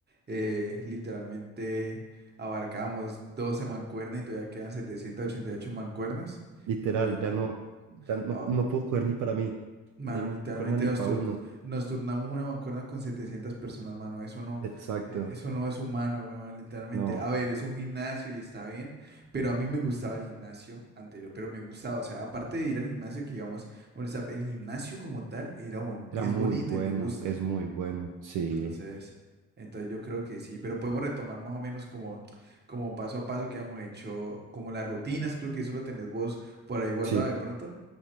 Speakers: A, on the right; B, on the right.
A: eh, literalmente abarcamos 12 mancuernas y todavía quedan 788 mancuernas?
B: literal,
A: Bueno,
B: ya no, ya no,
A: a-
B: no puedo coger ni para mí,
A: Mano,
B: ni me
A: literalmente
B: acuerdo ni
A: nos,
B: para
A: tur-
B: uno.
A: nos turnamos una mancuerna con 700 personas, mano. Eso no,
B: Exacto.
A: eh, eso no es humano, weón, literalmente.
B: No.
A: A ver, es un gimnasio y está bien, pero a mí me gustaba el gimnasio anterior, pero me gustaba, o sea, aparte de ir al gimnasio, que digamos, bueno, o sea, el gimnasio como tal era bon-
B: Era
A: es
B: muy
A: bonito
B: bueno,
A: y me gusta.
B: es muy bueno. Sí,
A: Entonces, entonces yo creo que sí, pero podemos retomar más o menos como, como paso a paso que hemos hecho, como las rutinas, creo que eso lo tenés vos por ahí guardado
B: sí,
A: de pronto.